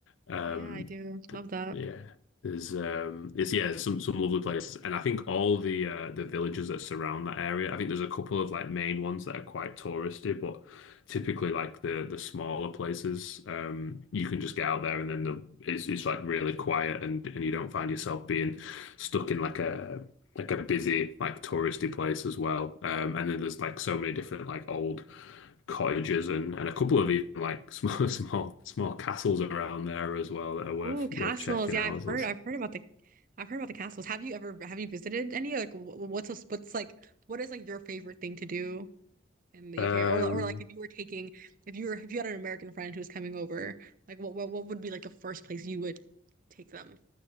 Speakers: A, on the left; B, on the right.
A: Um,
B: Oh yeah, I do.
A: th-
B: Love that.
A: yeah. There's um it's yeah there's some some lovely places and I think all the uh the villages that surround that area I think there's a couple of like main ones that are quite touristy but typically like the the smaller places um you can just get out there and then the it's, it's like really quiet and and you don't find yourself being stuck in like a like a busy like touristy place as well um and then there's like so many different like old cottages and and a couple of even like small <laughs> small small castles around there as well that are worth
B: Oh, castles.
A: worth checking
B: Yeah,
A: out
B: I've
A: as
B: heard
A: well. So,
B: I've heard about the I've heard about the castles. Have you ever have you visited any? Like wh- what's a, what's like what is like your favorite thing to do in the
A: yeah.
B: UK or li-
A: um
B: or like if you were taking if you were if you had an American friend who was coming over, like what what what would be like the first place you would take them?